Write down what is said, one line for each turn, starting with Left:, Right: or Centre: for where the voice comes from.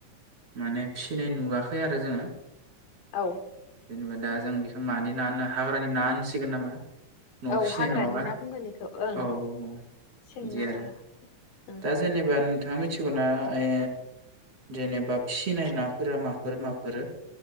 Right: माने फिसिनाय नुवाखै आरो जोङो
Left: औ
Right: जेनेबा दा जों बेखौ मानि ना होनो हाग्रानि ना होनसिगोन नामा? न'आव
Left: औ
Right: फिसिनाय
Left: हाग्रानि
Right: नङाबा
Left: ना बुंगोन इखौ ओं
Right: औ औ
Left: सेंना
Right: बिदि आरो
Left: माबा ओं
Right: दा जेने बा नोंथाङा मिथिगौना ओ जेनेबा फिसिनाय नाफोरा माफोर माफोर?